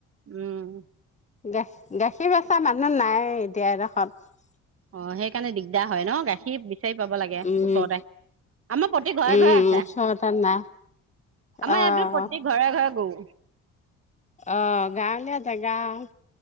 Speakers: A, on the right; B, on the left.
A: উম'।
B: গা গাখীৰ বেচা মানুহ নায়েই এতিয়া এইডোখৰত।
A: অ', সেইকাৰণে দিগ দা হয় ন। গাখীৰ বিচাৰি পাব লাগে
B: উম।
A: ওচৰতে। আমাৰ প্ৰতি ঘৰে
B: উম,
A: ঘৰে আছে।
B: ওচৰতে নাই।
A: আমাৰ
B: অ',
A: ইয়াত বোলা প্ৰতি ঘৰে ঘৰে গৰু। উম।
B: অ ', গাঁৱলীয়া জেগা আৰু।